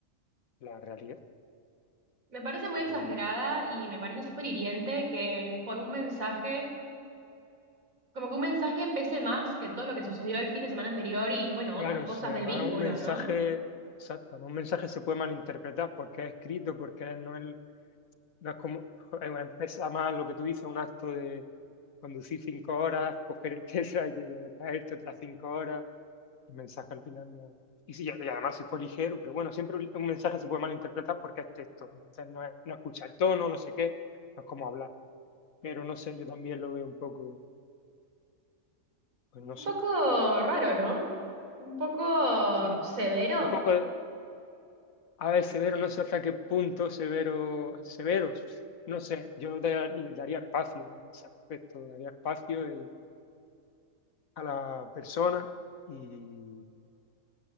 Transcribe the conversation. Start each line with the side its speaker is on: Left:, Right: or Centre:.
Left: la realidad.
Right: Me parece muy
Left: es
Right: exagerada
Left: lo que yo
Right: y me parece súper hiriente que por un mensaje, como que un mensaje pese más que todo lo que sucedió el fin de semana anterior y bueno,
Left: Claro,
Right: otras cosas
Left: si además
Right: del vínculo,
Left: un mensaje,
Right: ¿no?
Left: exacto, un mensaje se puede malinterpretar porque es escrito, porque no es, no es como, joder, pesa más lo que tú dices, un acto de conducir cinco horas, <laughs> coger esa y luego traerte otras cinco horas, el mensaje al final no. Y, sí, y además si fue ligero, pero bueno, siempre un un mensaje se puede malinterpretar porque es texto, entonces no, es, no escucha el tono, no sé qué, no es como hablar, pero no sé, yo también lo veo un poco, pues no
Right: Un
Left: sé,
Right: poco raro, ¿no? Un poco
Left: sí,
Right: severo.
Left: sí, un poco, A ver, severo, no sé hasta qué punto severo, severos. No sé, yo da- le daría espacio ¿no? en ese aspecto, daría espacio y- a la persona y,